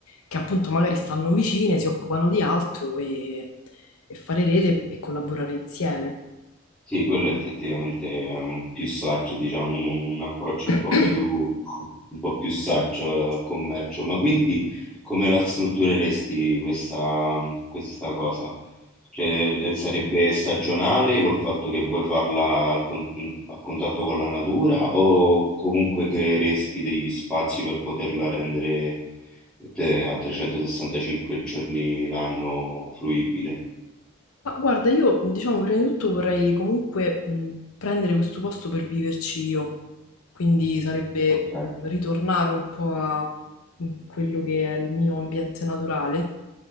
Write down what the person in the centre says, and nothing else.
sì.
Sì, quello effettivamente è un- più saggio, diciamo, un, un approccio
un po' più, un po' più saggio al, al commercio. Ma quindi come la struttureresti questa, questa cosa? Cioè, eh, eh, sarebbe stagionale col fatto che vuoi farla al con- a contatto con la natura o comunque creeresti degli spazi per poterla rendere te- a 365 giorni l'anno fruibile?
Ok,